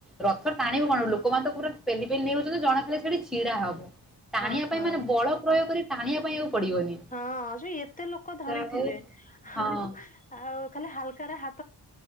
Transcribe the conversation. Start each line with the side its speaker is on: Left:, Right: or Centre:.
Centre: ରଥ ଟାଣିବୁ କଣ ଲୋକମାନେ ତ ପୁରା ପେଲି ପେଲି ନେଉଯାଉଛନ୍ତି ଜଣ ଖାଲି ସେଠି ଛିଡା ହବ ଟାଣିବା
Left: ହଁ
Centre: ପାଇଁ
Left: ହଁ
Centre: ମାନେ ବଳ ପ୍ରୟୋଗ କରି ଟାଣିବା ପାଇଁ ଆଉ ପଡିବନି।
Left: ହଁ ସେଇ ଏତେ ଲୋକ ଧରିଥିବେ
Centre: ଯାହା ହଉ
Left: ହାଉ
Centre: ହଁ
Left: ଆଉ ଖାଲି ହାଲକାରେ ହା